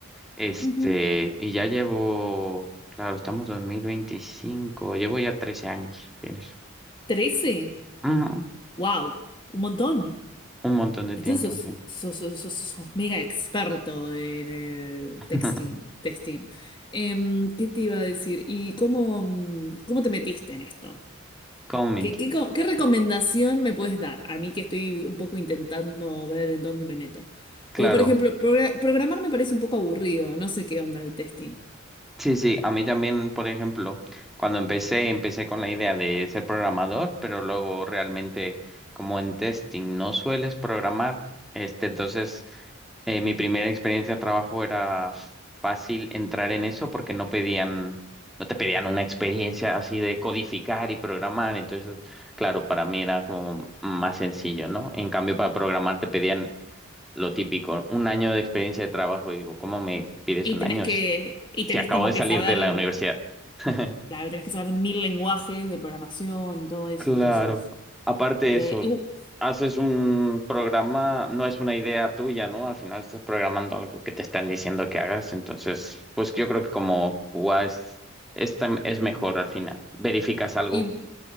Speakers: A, in the centre; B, on the left.
A: Este,
B: Ujú.
A: y ya llevo, claro, estamos dos mil veinticinco llevo ya 13 años en eso.
B: ¿Trece?
A: Ujú,
B: ¡Wow! Un montón.
A: Un montón de
B: Entonces
A: tiempo, sí.
B: sos, sos- sos- sos mega experto en eh,
A: <laughs>
B: texting, testing. Em, ¿qué te iba a decir? ¿Y cómo, mm, cómo te metiste en esto?
A: Como
B: ¿Qué, qué, co- qué recomendación me puedes dar a mí que estoy un poco intentando ver en dónde me meto?
A: claro.
B: Porque, por ejemplo, progra- programar me parece un poco aburrido, no sé qué onda el testing.
A: Sí, sí, a mí también, por ejemplo, cuando empecé, empecé con la idea de ser programador, pero luego realmente como en testing no sueles programar, este, entonces eh, mi primera experiencia de trabajo era fácil entrar en eso porque no pedían, no te pedían una experiencia así de codificar y programar, entonces, claro, para mí era como más sencillo, ¿no? En cambio, para programar te pedían lo típico, un año de experiencia de trabajo. Y digo, ¿cómo me pides
B: Y
A: un
B: tenés
A: año
B: que,
A: si,
B: y
A: si
B: tenés
A: acabo
B: como
A: de
B: que
A: salir
B: saber.
A: de la universidad? <laughs>
B: Claro, tienes que saber mil lenguajes de programación y todo eso.
A: Claro.
B: Entonces,
A: Aparte de
B: eh,
A: eso,
B: y, bu-
A: haces un programa, no es una idea tuya, ¿no? Al final estás programando algo que te están diciendo que hagas. Entonces, pues yo creo que como QA es, es, tam- es mejor al final. Verificas algo
B: y bu-